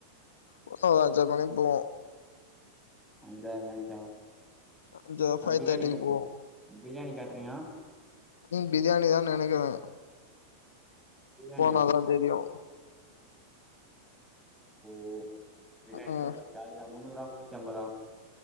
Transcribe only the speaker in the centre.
அஞ்சாறு மணிக்கா
ஆ
பிரியாணி
<unintelligible>
பிரியாணி கேட்ரிங்கா
பிரியாணியா
ஓ பிரியாணினா
‌ஒங்களுக் ஜாலிதா முன்னூறா முன்னூத்தம்பதா